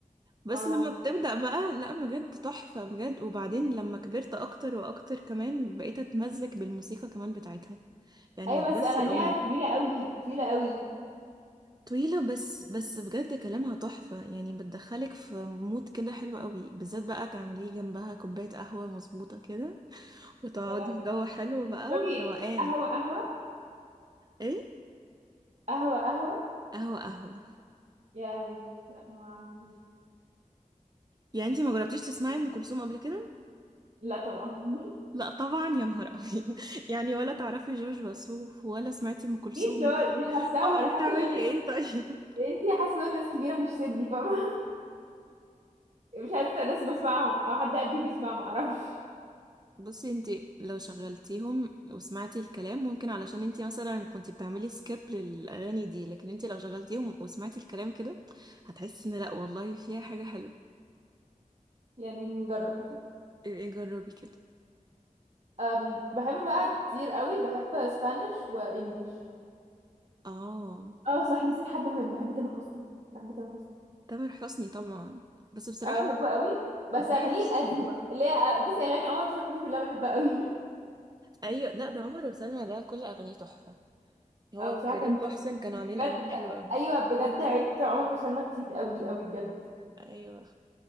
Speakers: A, on the right (about 30°); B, on the right (about 55°).
A: بس
B: اه
A: لما بتبدأ بقى لا بجد تحفة بجد وبعدين لما كبرت أكتر وأكتر كمان بقيت أتمزج بالموسيقى كمان بتاعتها يعني
B: ايوه
A: مش
B: بس
A: بس
B: اغانيها
A: الأغنية
B: طويلة قوي طويلة قوي
A: طويلة بس بس بجد كلامها تحفة يعني بتدخلك في مود كده حلو قوي بالذات بقى تعمليه جنبها كوباية قهوة مظبوطة كده وتقعدي
B: يا لهوي
A: في جو حلو
B: انت
A: بقى
B: تشربي
A: وروقان
B: قهوة قهوة
A: ايه
B: قهوة قهوة
A: قهوة قهوة
B: يا لهوي لا ما عنديش.
A: يعني انتي ما جربتيش تسمعي أم كلثوم قبل كده؟
B: لا طبعا <laughs>
A: لا طبعا يا نهار أبيض <laughs> يعني ولا تعرفي جورج وسوف ولا سمعتي أم كلثوم
B: مين دول مش حاسة
A: اه
B: انا
A: بتعملي
B: حاسة دول ناس
A: ايه طيب
B: انتي حاسة دول ناس كبيرة مش سني فاهمة <laughs> مش حاسة ناس بسمعهم او حد قدي بيسمع معرفش
A: بصي انت لو شغلتيهم وسمعتي الكلام ممكن علشان انت مثلا كنت بتعملي سكيب للاغاني دي لكن انت لو شغلتيهم وسمعتي الكلام كده هتحسي ان لا والله فيها حاجه حلوه
B: يعني نجرب
A: ايه جربي كده
B: أم بحب بقى كتير قوي بحب اسبانيش وانجلش
A: اه
B: اه صح نسيت حد مهم بحب تامر حسني بحب تامر حسني
A: تامر حسني طبعا بس بصراحه
B: اه بحبه قوي بس
A: بحس
B: اغانيه القديمه اللي هي آه، بصي اغاني عمر وسلمى دي كلها بحبها قوي <laughs>
A: ايوه لا ده عمر وسلمى ده كل اغانيه تحفه هو
B: اه بصراحه
A: وكريم
B: كان تحفه
A: محسن كانوا عاملين
B: بجد
A: اغاني حلوه قوي
B: ايوه بجد عدت عمر وسلمى كتير قوي قوي بجد
A: ايوه